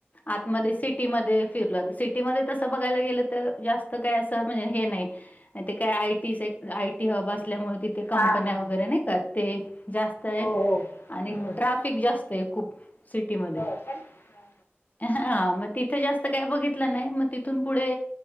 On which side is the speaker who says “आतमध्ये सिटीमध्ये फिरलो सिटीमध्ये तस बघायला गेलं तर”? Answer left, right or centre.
Left